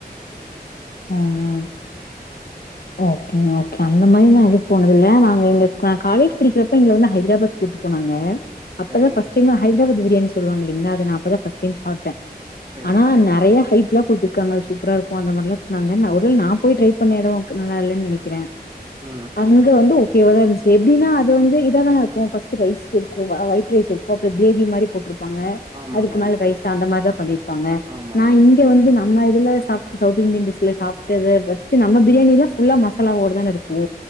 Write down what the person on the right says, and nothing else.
ஆமா
சரி,
சரி.
ஆ
ஆமாங்க.
ஆமா,